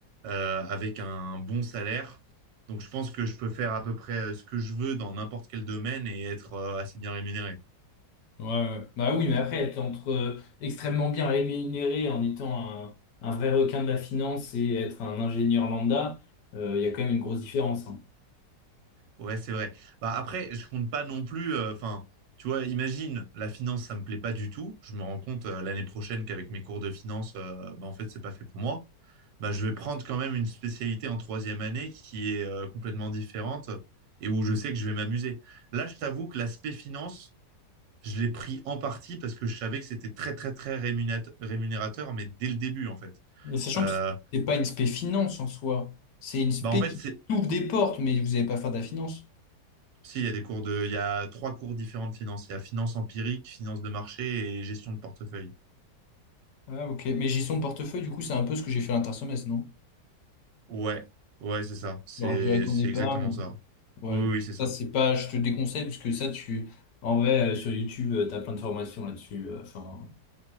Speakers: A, on the right; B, on the left.
A: euh, avec un bon salaire. Donc, je pense que je peux faire à peu près euh, ce que je veux dans n'importe quel domaine et être euh, assez bien rémunéré.
B: ouais, ouais. Bah oui, mais après, être entre euh, extrêmement bien rémunéré en étant un, un vrai requin de la finance et être un ingénieur lambda, euh, il y a quand même une grosse différence, hein.
A: Ouais, c'est vrai. Bah, après, je compte pas non plus. euh, Enfin, tu vois, imagine, la finance, ça me plaît pas du tout. Je me rends compte euh, l'année prochaine qu'avec mes cours de finance, euh, bah, en fait, c'est pas fait pour moi. Bah, je vais prendre quand même une spécialité en troisième année qui est euh, complètement différente et où je sais que je vais m'amuser. Là, je t'avoue que l'aspect finance, je l'ai pris en partie parce que je savais que c'était très, très, très rémunat- rémunérateur, mais dès le début, en fait.
B: Mais sachant
A: Euh,
B: que c'est pas une spé finance en soi, c'est une spé
A: bah, en fait,
B: qui
A: c'est
B: ouvre des portes, mais vous n'allez pas faire de la finance.
A: Si, il y a des cours de, il y a trois cours différents de finance. Il y a finance empirique, finance de marché et gestion de portefeuille.
B: Ah, ok. Mais gestion de portefeuille, du coup, c'est un peu ce que j'ai fait l'intersemestre, non?
A: Ouais, ouais, c'est ça. C'est,
B: Genre gérer ton
A: c'est
B: épargne.
A: exactement ça.
B: Ouais.
A: Oui, oui, oui, c'est ça.
B: Ça, c'est pas, je te déconseille, parce que ça, tu, en vrai, euh, sur YouTube, euh, t'as plein de formations là-dessus. euh, Enfin.